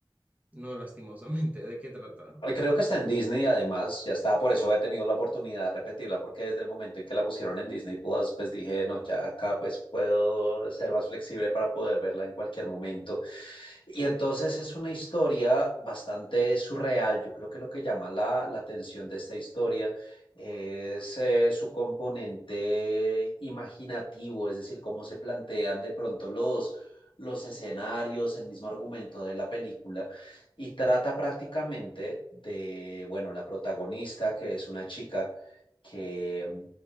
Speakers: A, on the right (about 20°); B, on the left (about 75°).
A: No, lastimosamente, ¿de qué trata?
B: Eh, Creo que está en Disney, además, ya estaba, por eso he tenido la oportunidad de repetirla, porque desde el momento en que la pusieron en Disney Plus, pues dije, no, ya acá pues puedo ser más flexible para poder verla en cualquier momento. Y entonces es una historia bastante surreal. Yo creo que lo que llama la, la atención de esta historia es eh, su componente imaginativo, es decir, cómo se plantean de pronto los, los escenarios, el mismo argumento de la película, y trata prácticamente de, bueno, la protagonista, que es una chica que mm,